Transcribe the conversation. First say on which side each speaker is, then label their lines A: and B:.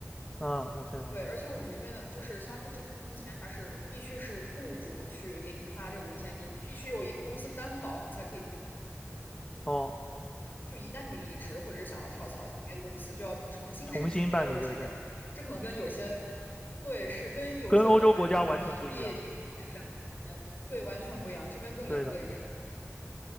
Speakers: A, on the left (about 15°); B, on the left (about 40°).
A: 嗯，OK OK。
B: 对，而且我们这边的就是新加坡这边的工签，它是必须是雇主去给你发这个工签，你必须有一公司担保，你才可以。
A: 哦，
B: 就一旦你离职或者是想要跳槽去别的公司，就要重新申请这个工作签证。
A: 重新办理这个签证，
B: 这可能跟有些对是跟有一些国家，
A: 跟欧洲国家完全不一样。
B: 你可能你一毕业就给你发个两年工签，对，完全不一样，这边更严格一点。
A: 对的，对的。